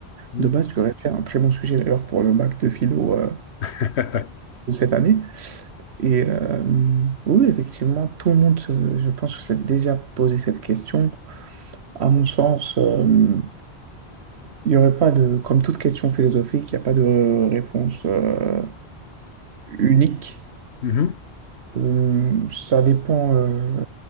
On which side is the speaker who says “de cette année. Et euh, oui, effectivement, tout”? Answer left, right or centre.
Right